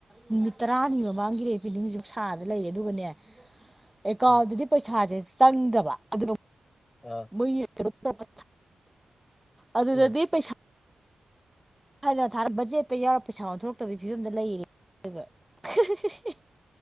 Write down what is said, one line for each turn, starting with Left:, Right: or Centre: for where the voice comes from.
Centre: ꯅꯨꯃꯤꯠ ꯇꯔꯥꯅꯤ ꯃꯃꯥꯡꯒꯤ ꯔꯦꯕꯦꯅꯤ ꯍꯧꯖꯤꯛ ꯁꯥꯗ ꯂꯩꯌꯦ ꯑꯗꯨꯒꯅꯦ ꯑꯦꯀꯥꯎꯟꯗꯗꯤ
Left: ꯎꯝ
Centre: ꯄꯩꯁꯥꯁꯦ ꯆꯪꯗꯕ ꯑꯗꯨ
Left: ꯎꯝ
Centre: ꯃꯣꯏꯒꯤ ꯀꯩꯅꯣ ꯇꯧꯕ ꯑꯗꯨꯗꯗꯤ
Left: ꯎꯝ
Centre: ꯄꯩꯁꯥ ꯊꯅ ꯊꯥ ꯕꯖꯦꯠꯇ ꯌꯥꯎꯔ ꯄꯩꯁꯥ ꯑꯣꯟꯊꯣꯔꯛꯇꯕꯒꯤ ꯐꯤꯕꯝꯗ ꯂꯩꯔꯦ ꯑꯗꯨꯒ